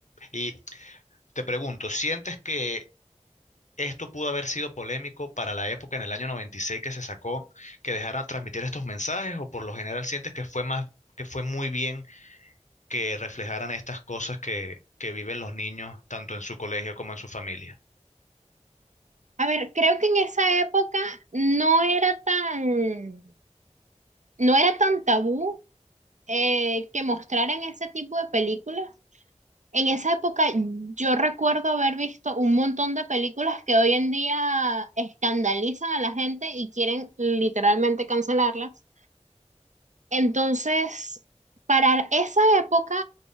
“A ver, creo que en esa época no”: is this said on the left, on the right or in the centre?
Right